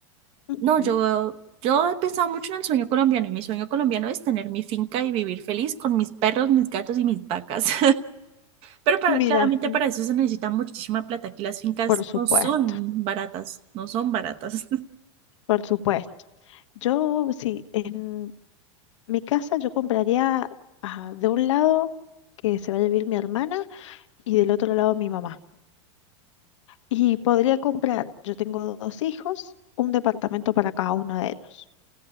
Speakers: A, on the left; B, on the right.
A: Ujú.
B: No, yo, yo he pensado mucho en el sueño colombiano y mi sueño colombiano es tener mi finca y vivir feliz con mis perros, mis gatos y mis vacas. Pero para,
A: Mira,
B: claramente para eso se necesita muchísima plata, que las fincas
A: por supuesto,
B: no son baratas, no son baratas.
A: por supuesto. Yo, sí, en mi casa yo compraría ah, de un lado que se va a vivir mi hermana y del otro lado mi mamá. Y podría comprar, yo tengo dos hijos, un departamento para cada uno de ellos.